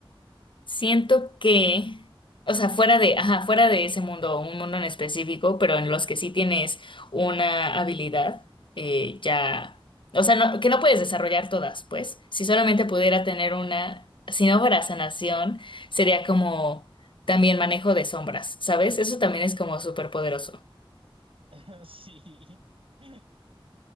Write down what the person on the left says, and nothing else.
Siento que, o sea, fuera de, ajá, fuera de ese mundo, o un mundo en específico, pero en los que sí tienes una habilidad, eh, ya, o sea, no- que no puedes desarrollar todas, pues. Si solamente pudiera tener una, si no fuera sanación, sería como también manejo de sombras, ¿sabes? Eso también es como súper poderoso.